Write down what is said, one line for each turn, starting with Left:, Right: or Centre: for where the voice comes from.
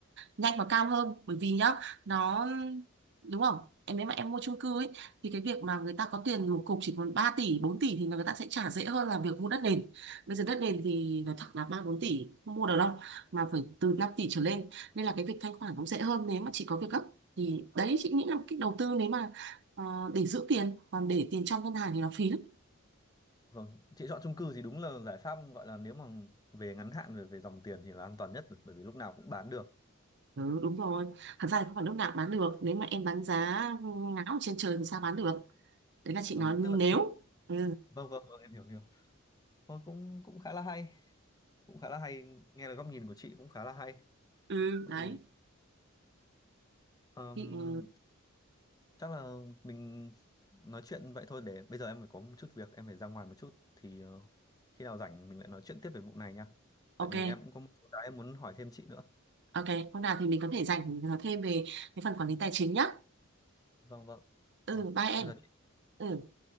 Right: nhanh và cao hơn bởi vì nhá nó đúng không em nếu mà em mua chung cư ấy thì cái việc mà người ta có tiền một cục chỉ còn 3 tỷ 4 tỷ thì người ta sẽ trả dễ hơn là việc mua đất nền bây giờ đất nền thì nói thật là 3 4 tỷ không mua được đâu mà phải từ 5 tỷ trở lên nên là cái việc thanh khoản cũng dễ hơn nếu mà chỉ có việc gấp thì đấy chị nghĩ là một cách đầu tư nếu mà ờ, để giữ tiền còn để tiền trong ngân hàng thì nó phí lắm.
Left: Vâng, chị chọn chung cư thì đúng là giải pháp gọi là nếu mà về ngắn hạn về về dòng tiền thì là an toàn nhất rồi, bởi vì lúc nào cũng bán được.
Right: Ừ, đúng rồi. Thật ra thì không phải lúc nào cũng bán được. Nếu mà em bán giá ngáo ở trên trời thì sao bán được. Đấy là chị
Left: vâng
Right: nói nếu.
Left: tức là khi-
Right: Ừ,
Left: vâng vâng vâng em hiểu hiểu Ờ, cũng cũng khá là hay cũng khá là hay nghe được góc nhìn của chị cũng khá là hay
Right: ừ
Left: thôi
Right: đấy.
Left: thì ờm,
Right: Thì, ừ,
Left: chắc là mình nói chuyện vậy thôi để bây giờ em phải có một chút việc em phải ra ngoài một chút thì ờ, khi nào rảnh mình lại nói chuyện tiếp về vụ này nha
Right: ok,
Left: tại vì em cũng có một số cái em muốn hỏi thêm chị nữa
Right: ok. Hôm nào thì mình có thể dành để mình nói thêm về cái phần quản lý tài chính nhá.
Left: vâng vâng
Right: Ừ,
Left: vâng
Right: bye em.
Left: em là
Right: Ừ.